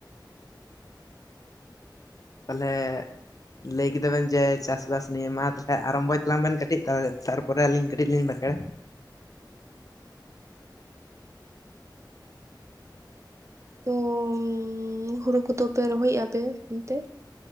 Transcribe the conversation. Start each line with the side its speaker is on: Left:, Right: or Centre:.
Left: ᱛᱟᱦᱚᱞᱮ ᱞᱟᱹᱭ ᱠᱮᱫᱟ ᱵᱮᱱ ᱡᱮ, ᱪᱟᱥᱵᱟᱥ ᱱᱤᱭᱮ ᱢᱟ ᱛᱟᱦᱚᱞᱮ ᱟᱨᱚᱢᱵᱚᱭ ᱛᱟᱞᱟᱝ ᱵᱮᱱ ᱠᱟᱹᱴᱤᱡ ᱛᱟᱦᱚᱞᱮ, ᱛᱟᱨᱯᱚᱨᱮ ᱟᱹᱞᱤᱧ ᱠᱟᱹᱴᱤᱡ ᱞᱤᱧ ᱵᱟᱸᱠᱷᱮᱲᱟ᱾
Right: ᱛᱚ ᱩᱢᱻ ᱦᱩᱲᱩ ᱠᱚᱫᱚ ᱯᱮ ᱨᱚᱦᱚᱭᱮᱜ-ᱟ ᱯᱮ ᱚᱱᱛᱮ?